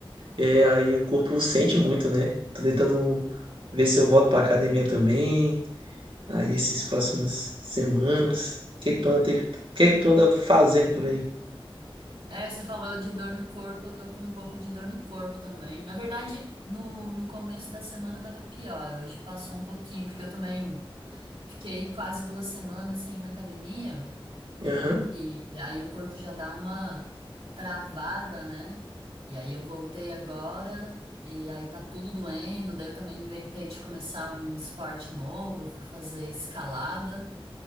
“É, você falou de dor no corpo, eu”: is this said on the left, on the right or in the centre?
Right